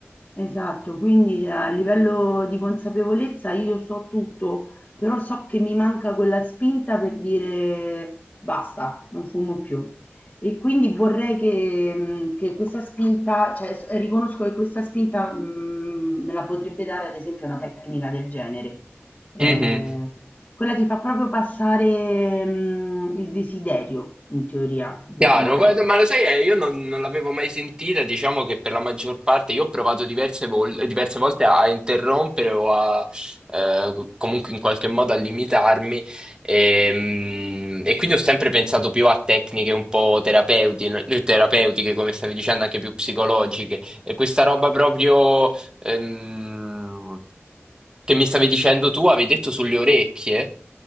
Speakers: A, on the left; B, on the right.
A: Esatto, quindi cioè, a livello di consapevolezza io so tutto, però so che mi manca quella spinta per dire basta, non fumo più. E quindi vorrei che, mh, che questa spinta, cioè s- riconosco che questa spinta mh, me la potrebbe dare ad esempio una tecnica del genere. Eh,
B: Mhm.
A: quella ti fa proprio passare mh, il desiderio, in teoria, di
B: Chiaro,
A: fumare.
B: guarda, ma lo sai, eh, io non, non l'avevo mai sentita, diciamo che per la maggior parte io ho provato diverse, vol- diverse volte a interrompere o a eh, comunque in qualche modo a limitarmi e, mm, e quindi ho sempre pensato più a tecniche un po' terapeuti- terapeutiche, come stavi dicendo, anche più psicologiche. E questa roba proprio ehm, che mi stavi dicendo tu, avevi detto sulle orecchie?